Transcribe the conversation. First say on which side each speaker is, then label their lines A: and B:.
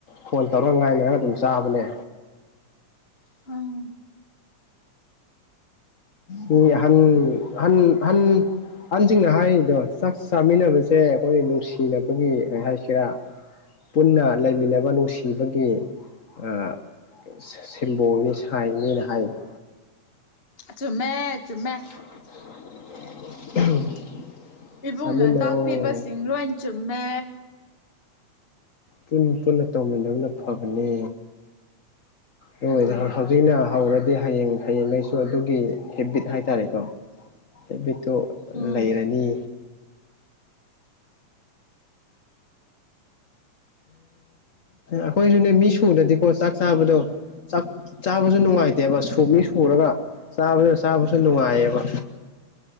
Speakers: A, on the left; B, on the left.
A: ꯐꯣꯟ ꯇꯧꯔ ꯉꯥꯏꯅꯔ ꯑꯗꯨꯝ ꯆꯥꯕꯅꯦ
B: ꯎꯝ
A: ꯃꯤ ꯑꯍꯟ ꯑꯍꯟ ꯍꯟ ꯑꯍꯟꯁꯤꯡꯅ ꯍꯥꯏꯔꯤꯗꯣ ꯆꯥꯛ ꯆꯥꯃꯤꯟꯅꯕꯁꯦ ꯑꯈꯣꯏ ꯅꯨꯡꯁꯤꯅꯕꯒꯤ ꯀꯩ ꯍꯥꯏꯁꯤꯔꯥ ꯄꯨꯟꯅ ꯂꯩꯃꯤꯟꯅꯕ ꯅꯨꯡꯁꯤꯕꯒꯤ ꯑꯥ ꯁꯤ ꯁꯤꯝꯕꯣꯜꯅꯤ ꯁꯥꯏꯅꯤꯅ ꯍꯥꯏꯗꯣ
B: ꯆꯨꯝꯃꯦ ꯆꯨꯝꯃꯦ
A: <inaudible> <unintelligible>
B: ꯏꯕꯨꯡꯅ
A: ꯆꯥꯃꯤꯟꯅꯧ
B: ꯇꯥꯛꯄꯤꯕꯁꯤꯡ ꯂꯣꯏ ꯆꯨꯝꯃꯦ
A: ꯄꯨꯟ ꯄꯨꯟꯅ ꯇꯧꯃꯤꯟꯅꯕꯅ ꯐꯕꯅꯦ <unintelligible>
B: ꯎꯝ
A: ꯍꯧꯖꯤꯛꯅ
B: ꯍꯣꯏ ꯐꯩ
A: ꯍꯧꯔꯗꯤ ꯍꯌꯦꯡ ꯍꯌꯦꯡꯉꯩꯁꯨ ꯑꯗꯨꯒꯤ ꯍꯦꯕꯤꯠ ꯍꯥꯏꯇꯥꯔꯦꯀꯣ ꯍꯦꯕꯤꯠꯇꯨ
B: ꯎꯝ
A: ꯂꯩꯔꯅꯤ ꯑꯈꯣꯏꯖꯨꯅꯦ ꯃꯤ ꯁꯨꯅꯗꯤꯀꯣ ꯆꯥꯛ ꯆꯥꯕꯗꯣ ꯥꯆꯥꯛ ꯆꯥꯕꯁꯨ ꯅꯨꯡꯉꯥꯏꯇꯦꯕ ꯁꯨ ꯃꯤ ꯁꯨꯔꯒ ꯆꯥꯕ ꯆꯥꯕꯁꯨ ꯅꯨꯡꯉꯥꯏꯌꯦꯕ